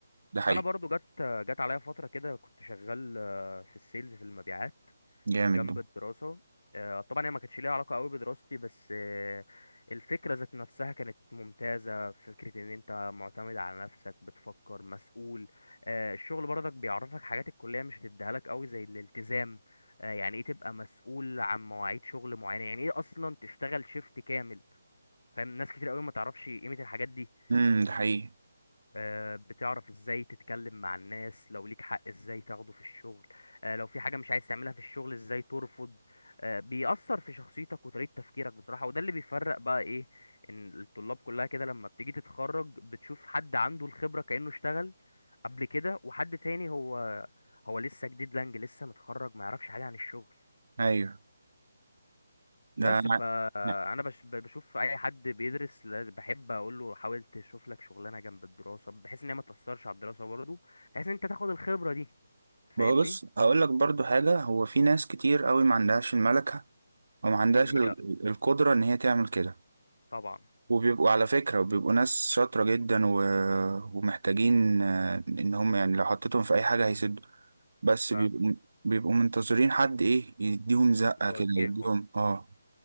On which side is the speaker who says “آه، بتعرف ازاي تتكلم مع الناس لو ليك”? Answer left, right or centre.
Left